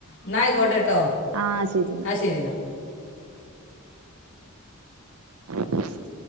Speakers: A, on the left; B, on the right.
A: ഇന്നാ ആയിക്കോട്ടെട്ടോ
B: ആഹ് ശെരിന്നാ
A: ശരിന്നാ
B: <inaudible>